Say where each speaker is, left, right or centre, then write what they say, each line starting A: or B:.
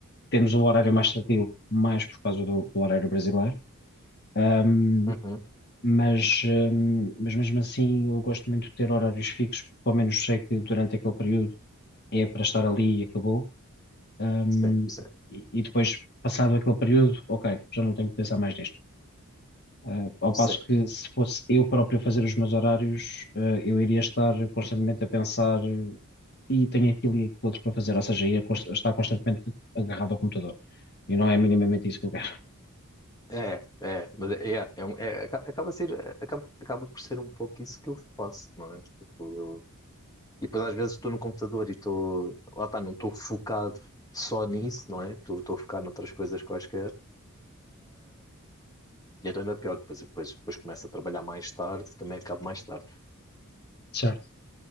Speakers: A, on the left (about 45°); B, on the left (about 15°).
A: Temos o horário
B: Uhum.
A: mais tardio, mais por causa do, do horário brasileiro. Ehm,
B: Uhum,
A: mas, hum, mas mesmo assim eu gosto muito de ter horários fixos, porque pelo menos sei que durante aquele período é para estar ali e acabou. Hum,
B: Sim, sim,
A: e, e depois, passado aquele período, ok, já não tenho que pensar mais nisto. Ah, ao
B: sim.
A: passo que se fosse eu próprio a fazer os meus horários, ah, eu iria estar constantemente a pensar e tenho aquilo e aquilo outro para fazer, ou seja, ia const- estar constantemente agarrado ao computador. E não é minimamente isso que eu quero.
B: É, é, mas é, é, é, um- é, aca- acaba, ser, é, acaba, acaba por ser um pouco isso que eu faço, não é? Tipo, eu, e depois às vezes estou no computador e estou, lá está, não estou focado só nisso, não é? Estou estou a focar noutras coisas quaisquer, e então ainda é pior, depois, depois, depois começo a trabalhar mais tarde, também acabo mais tarde.
A: Certo.